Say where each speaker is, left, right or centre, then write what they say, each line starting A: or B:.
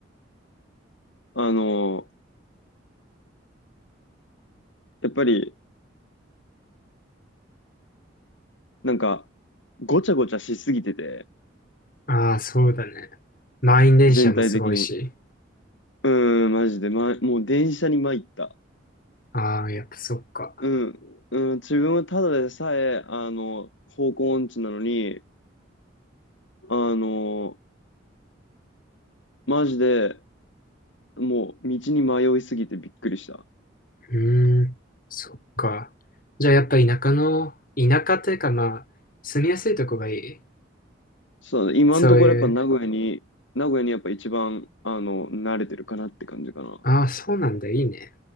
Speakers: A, on the left (about 80°); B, on the left (about 50°).
A: あの、やっぱり、なんか、ごちゃごちゃしすぎてて、
B: ああ、そうだね。満員電車もすごいし。
A: 全体的に。うーん、マジで、ま、もう電車に参った。
B: ああ、やっぱそっか。
A: うん、うん、自分はただでさえ、あの、方向音痴なのに、あの、マジで、もう道に迷いすぎてびっくりした。
B: うーん、そっか。じゃあやっぱ田舎の、田舎というかまあ、住みやすいとこがいい。
A: そうだね、今のところやっぱ名古屋に、
B: そういう、
A: 名古屋にやっぱ一番、あの、慣れてるかなって感じかな。
B: ああ、そうなんだ、いいね。